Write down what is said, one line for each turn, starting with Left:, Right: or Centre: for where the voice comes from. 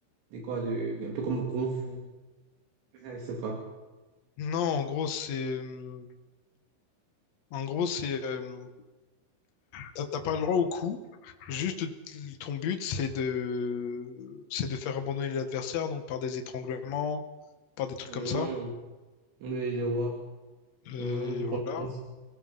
Right: De quoi de, Un peu comme le Kung Fu. Ah, Je sais pas.
Left: Non, en gros, c'est... euh, En gros, c'est... euh, T'as t'as pas le droit au coup. Juste t- ton but, c'est de c'est de faire abandonner l'adversaire, donc par des étranglements, par des trucs
Right: Mmh,
Left: comme ça.
Right: oui, je vois.
Left: Euh,
Right: Mmh, je comprends.
Left: voilà.